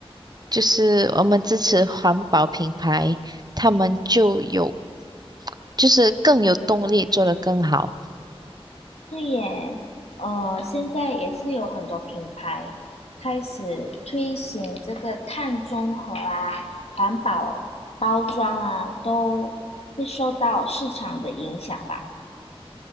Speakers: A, on the right; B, on the left.
A: 就是我们支持环保品牌，他们就有，就是更有动力做得更好。
B: 对耶，呃，现在也是有很多品牌开始推行这个碳中和啊、环保包装啊，都会受到市场的影响吧。